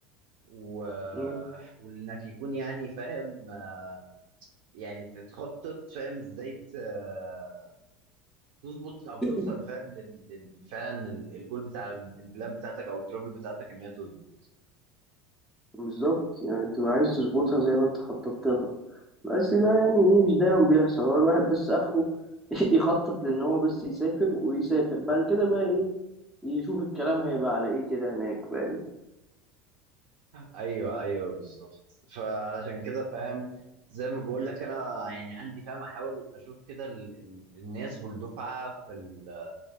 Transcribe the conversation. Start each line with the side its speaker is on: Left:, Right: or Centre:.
Right: و...
Centre: مم.
Right: وانك يكون يعني فاهم آه، يعني تتخطط فاهم ازاي ت- آه، تظبط او توصل
Centre: <laughs>
Right: فاهم لل... لل... فعلا ال- الجول بتاع ال- البلان بتاعتك او الترابل بتاعتك ان هي تظبط
Centre: بالظبط يعني تبقى عايز تظبطها زي ما انت خططت لها بس ده يعني ايه مش دايما بيحصل هو الواحد بس اخره <laughs> يخطط لان هو بس يسافر ويسافر بعد كده بقى ايه يشوف الكلام هيبقى على ايه كده هناك فاهم
Right: ايوه ايوه بالظبط فعلشان كده فاهم زي ما بقول لك انا يعني عندي فاهم احاول اشوف كده ال... ال... الناس والدفعه في ال...